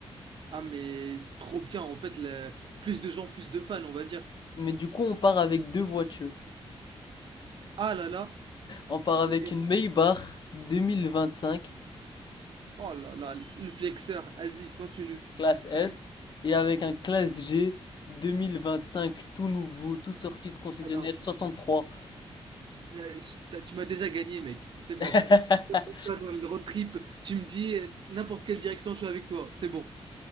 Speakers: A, on the right; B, on the left.
A: Ah, mais trop bien, en fait, le- plus de gens, plus de fans, on va dire.
B: Mais du coup, on part avec deux voitures.
A: Ah là là,
B: On part avec
A: mais-
B: une Maybach 2025,
A: oh là là, le flexeur, vas-y, continue.
B: classe S, et avec un classe G 2025, tout nouveau, tout sorti de concessionnaire
A: Ah non,
B: 63.
A: euh, je- t'as- tu m'as déjà gagné, mec, c'est bon.
B: <laughs>
A: toi, dans le road trip, tu me dis euh, n'importe quelle direction, je suis avec toi, c'est bon.